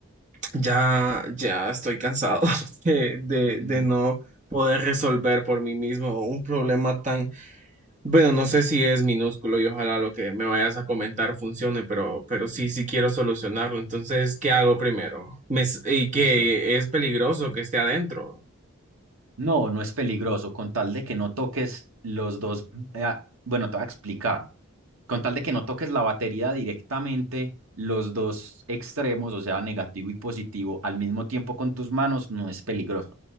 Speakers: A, on the right (about 35°); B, on the right (about 70°).
A: ya, ya estoy cansado <laughs> de, de,
B: <laughs>
A: de no poder resolver por mí mismo un problema tan Bueno, no sé si es minúsculo y ojalá lo que me vayas a comentar funcione, pero, pero sí,
B: Mm,
A: sí quiero solucionarlo. Entonces, ¿qué hago primero? Me s- y que
B: Listo.
A: es peligroso que esté adentro.
B: No, no es peligroso, con tal de que no toques los dos, eh, bueno, te voy a explicar, con tal de que no toques la batería directamente, los dos extremos, o sea, negativo y positivo, al mismo tiempo con tus manos, no es peligroso.